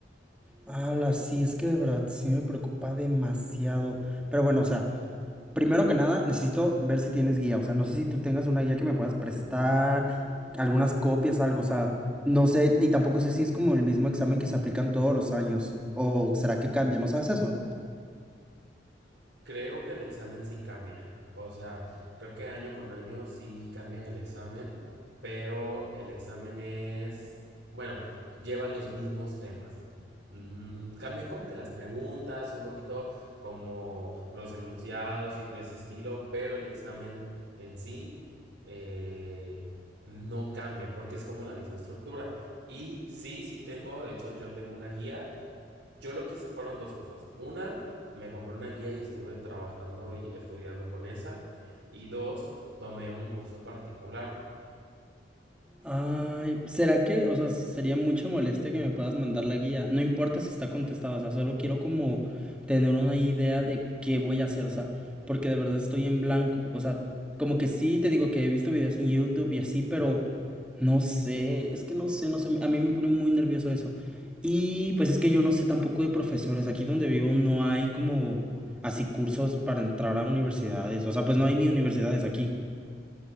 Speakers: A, in the centre; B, on the right.
A: Ala, sí, es que de verdad sí me preocupa demasiado. Pero bueno, o sea, primero que nada, necesito ver si tienes guía. O sea, no sé si tú tengas una guía que me puedas prestar, algunas copias, algo. O sea, no sé, y tampoco sé si es como el mismo examen que se aplican todos los años. O será que cambia, ¿no sabes eso?
B: creo que el examen sí cambia. O sea, creo que año con año sí cambian el examen, pero el examen es, bueno, lleva los mismos temas. Mm, cambian como que las preguntas, un poquito como los enunciados y de ese estilo, pero el examen en sí eh, no cambia porque es como la misma estructura. Y sí, sí tengo, de hecho yo tengo una guía yo lo que hice fueron dos cosas. Una, me compré una guía y estuve trabajando y estudiando con esa. Y dos, tomé un curso particular.
A: Ay, ¿será que, o sea, sería mucha molestia que me puedas mandar la guía? No importa si está contestado, o sea, solo quiero como tener una idea de qué voy a hacer, o sea, porque de verdad estoy en blanco, o sea, como que sí, te digo que he visto videos en YouTube y así, pero no sé, es que no sé, no sé, a mí me pone muy nervioso eso. Y pues es que yo no sé tampoco de profesores, aquí donde vivo no hay como así cursos para entrar a universidades, o sea, pues no hay ni universidades aquí.